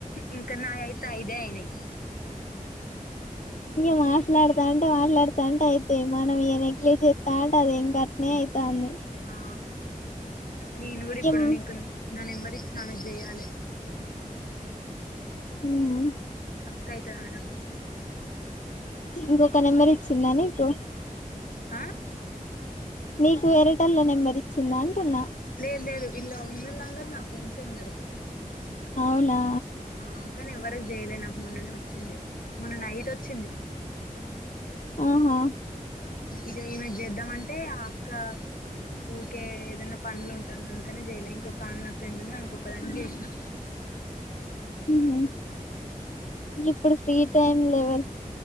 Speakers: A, on the left; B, on the left.
A: ఇంకా నా అయితే అయిదే అయినై
B: ఇక మాట్లాడుతా అంటే మాట్లాడుతా అంటే, అయితేయి మనం ఇక నెగ్లెక్ట్ చేస్తా అంటే, అది ఇం గట్నే అయితంది.
A: ఆ నేను కూడా ఇప్పుడు
B: ఏం
A: నిను నా నెంబర్ ఇచ్చిన ఆమెకి జెయాల
B: ఉహు
A: పక్కయితద నాకు
B: ఇంకొక నెంబర్ ఇచ్చిందా నీకు
A: ఆ
B: నీకు వేరేటల్ల నెంబర్ ఇచ్చిందా అంటున్నా
A: లేదు లేదు ఇలా ఉన్నలాందరు నా ఫ్రెండ్సే ఉన్నారు
B: అవునా
A: ఆ కానీ ఎవ్వరికి చేయలే నాకు మొన్ననే వచ్చింది మొన్న నైట్ వచ్చింది
B: ఆహా
A: ఇక ఈమెకి చేద్దాం అంటే ఆ అక్క ఊకే ఏదైనా పనిలో ఉంటాను అందుకని చేయలే ఇంకొక ఆమె నా ఫ్రెండ్ ఉంది అనకొకదానికే చేసినా
B: హ ఇప్పుడు ఫ్రీ టైమ్ లెవల్